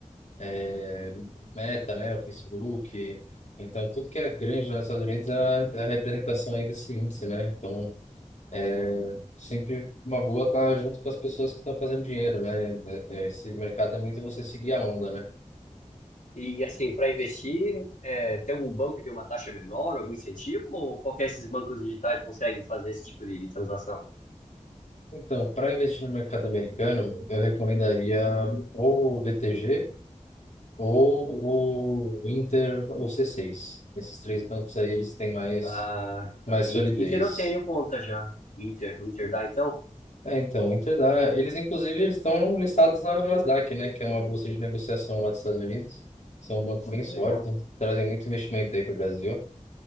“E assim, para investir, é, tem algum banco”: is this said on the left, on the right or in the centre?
Left